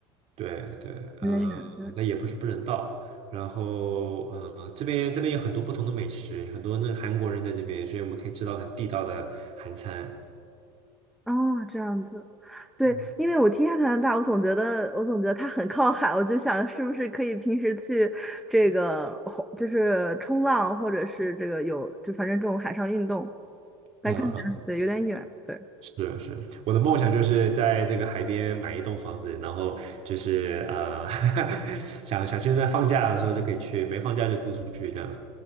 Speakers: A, on the right (about 45°); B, in the centre.
A: 对对，
B: 没有，
A: 呃，
B: 对，
A: 那也不是不能到。然后，呃，这边这边有很多不同的美食，很多那个韩国人在这边，所以我们可以吃到很地道的韩餐。
B: 哦，这样子，对，
A: 嗯
B: 因为我听下加拿大，我总觉得，我总觉得它很靠海，我就想是不是可以平时去这个，吼就是冲浪，或者是这个有，就反正这种海上运动，来看起来对有点远，
A: 嗯，
B: 对
A: 是是，我的梦想就是在这个海边买一栋房子，然后就是呃，<laughs> 想想现在放假的时候就可以去，没放假就租出去这样。